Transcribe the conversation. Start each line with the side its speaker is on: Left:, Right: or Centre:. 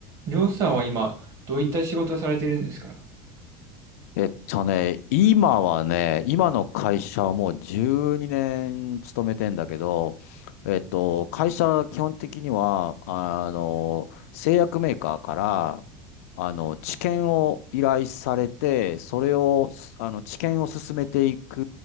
Right: りょうさんは今、どういった仕事をされてるんですか
Left: えっとね、今はね、今の会社はもう12年勤めてんだけど、えっと、会社は基本的には、あの、製薬メーカーから、あの、治験を依頼されて、それを、あの、治験を進めていく